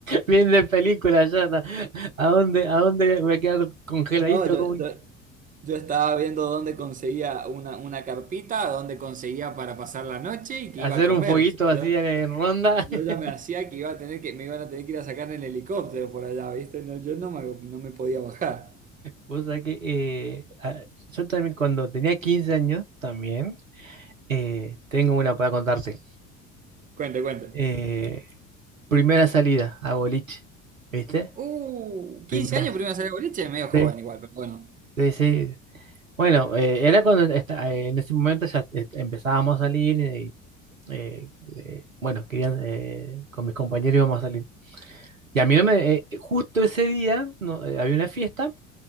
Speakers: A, on the right; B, on the right.
A: Bien de película ya. ¿no? ¿A dónde, a dónde voy a quedar congeladito
B: no, yo,
A: como un
B: yo, yo estaba viendo dónde conseguía una, una carpita, dónde conseguía para pasar la noche y que
A: hacer
B: iba a comer.
A: un fueguito
B: O sea,
A: así
B: yo,
A: en ronda.
B: Yo
A: <laughs>
B: ya me hacía que iba a tener que, me iban a tener que ir a sacar en el helicóptero por allá, ¿viste? No, yo no me, no me podía bajar.
A: Vos sabés que eh, a- yo también cuando tenía 15 años, también eh, tengo una para contarte.
B: Cuente, cuente.
A: Eh, primera salida a boliche, ¿viste?
B: Uh, quince
A: Primera.
B: años primero salí de boliche, medio joven
A: Sí,
B: igual, pero bueno.
A: sí, sí. Bueno, eh, era cuando esta- eh, en ese momento ya est- empezábamos a salir y eh, eh, bueno, querían, eh, con mis compañeros íbamos a salir. Y a mí no me, eh, justo ese día no, eh, había una fiesta